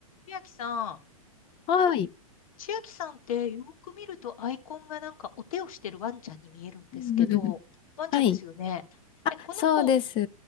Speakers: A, on the left; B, on the left.
A: 千秋さん、
B: はい。
A: 千秋さんってよく見るとアイコンがなんかお手をしてるワンちゃんに見えるんですけど、
B: <laughs>
A: ワンちゃんですよね。
B: はい。あ、
A: え、この子、
B: そうです。